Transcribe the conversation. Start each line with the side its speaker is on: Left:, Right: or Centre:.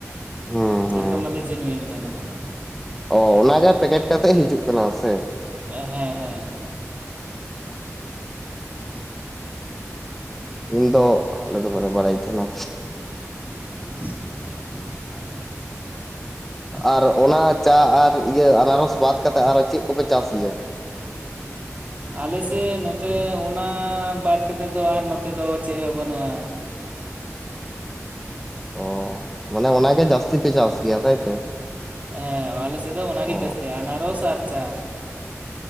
Centre: ᱦᱩᱸ ᱦᱩᱸ
Right: ᱮᱠᱫᱚᱢ ᱚᱱᱟ ᱫᱚ ᱡᱤᱱᱩᱭᱮᱱ ᱛᱮ ᱢᱮᱱᱟᱜ ᱟ
Centre: ᱚ ᱚᱱᱟᱜᱮ ᱯᱮᱠᱮᱴ ᱠᱟᱛᱮᱜ ᱦᱤᱡᱩᱜ ᱠᱟᱱᱟ ᱥᱮ?
Right: ᱦᱮᱸ ᱦᱮᱸ
Centre: ᱤᱧ ᱫᱚ ᱟᱞᱮ ᱫᱚ ᱵᱟᱞᱮ ᱵᱟᱲᱟᱭ ᱛᱟᱦᱮᱱᱟ
Right: <inaudible>
Centre: ᱟᱨ ᱚᱱᱟ ᱪᱟ ᱟᱨ ᱤᱭᱟᱹ ᱟᱱᱟᱨᱚᱥ ᱵᱟᱫ ᱠᱟᱛᱮᱫ ᱟᱨᱚ ᱪᱮᱫ ᱠᱚᱯᱮ ᱪᱟᱥ ᱜᱮᱭᱟ?
Right: ᱟᱞᱮ ᱥᱮᱫ ᱱᱚᱛᱮ ᱚᱱᱟ ᱵᱟᱫ ᱠᱟᱛᱮᱫ ᱫᱚ ᱟᱨ ᱱᱚᱛᱮ ᱫᱚ ᱪᱮᱫ ᱦᱚᱸ ᱵᱟᱹᱱᱩᱜᱼᱟ᱾
Centre: ᱚ ᱢᱟᱱᱮ ᱚᱱᱟᱜᱮ ᱡᱟᱹᱥᱛᱤ ᱯᱮ ᱪᱟᱥ ᱜᱮᱭᱟ ᱛᱟᱭᱛᱚ
Right: ᱦᱮᱸ ᱮᱸ ᱟᱞᱮ ᱥᱮᱫ ᱫᱚ ᱚᱱᱟᱜᱮ
Centre: ᱚ
Right: ᱡᱟᱹᱥᱛᱤ ᱟᱱᱟᱨᱚᱥ ᱟᱨ ᱪᱟ᱾